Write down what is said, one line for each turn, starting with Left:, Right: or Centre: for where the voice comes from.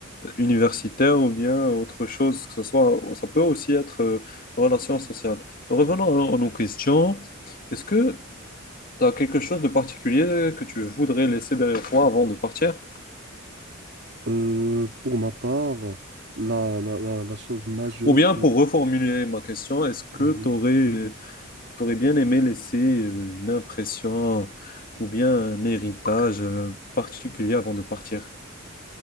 Left: universitaire ou bien autre chose, que ça soit, ça peut aussi être euh, relation sociale. Revenons à à nos questions. Est-ce que T'as quelque chose de particulier que tu voudrais laisser derrière toi avant de partir?
Right: Euh, pour ma part, la, la, la, la chose majeure
Left: Ou bien
Right: que...
Left: pour reformuler ma question, est-ce que
Right: Mhm.
Left: t'aurais, t'aurais bien aimé laisser euh, une impression ou bien un héritage euh, particulier avant de partir?